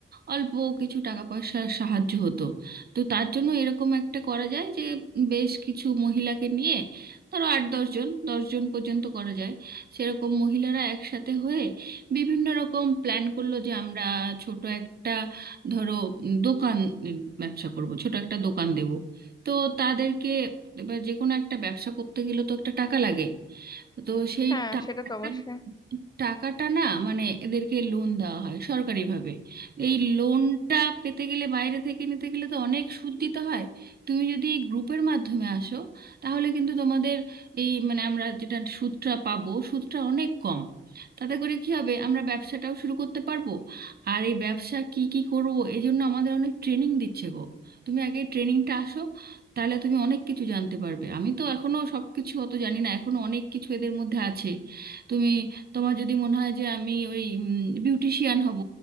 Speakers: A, on the right (about 50°); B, on the left (about 20°).
A: অল্প কিছু টাকা পয়সার সাহায্য হতো তো তার জন্য এরকম একটা করা যায় যে বেশ কিছু মহিলাকে নিয়ে ধরো আট দশজন দশজন পর্যন্ত করা যায় সেরকম মহিলারা একসাথে হয়ে বিভিন্ন রকম প্ল্যান করলো যে আমরা ছোট একটা ধরো উম, দোকান উম, ব্যবসা করব ছোট একটা দোকান দেব তো তাদেরকে এবার যে কোনো একটা ব্যবসা করতে গেলে তো একটা টাকা লাগে তো সেই
B: হ্যাঁ
A: টাকাটা
B: সেটা তো অবশ্যই
A: টাকাটা না মানে এদেরকে লোন দেওয়া হয় সরকারিভাবে এই লোনটা পেতে গেলে বাইরে থেকে নিতে গেলে তো অনেক সুদ দিতে হয় তুমি যদি এই গ্রুপের মাধ্যমে আসো তাহলে কিন্তু তোমাদের এই মানে আমরা যেটা সুদটা পাবো সুদটা অনেক কম তাতে করে কি হবে আমরা ব্যবসাটাও শুরু করতে পারবো আর এই ব্যবসা কি কি করবো এই জন্য আমাদের অনেক ট্রেনিং দিচ্ছে গো তুমি আগে ট্রেনিংটা আসো তাহলে তুমি অনেক কিছু জানতে পারবে আমি তো এখনো সবকিছু অত জানি না এখনো অনেক কিছু এদের মধ্যে আছে তুমি তোমার যদি মনে হয় যে আমি ওই বিউটিশিয়ান হব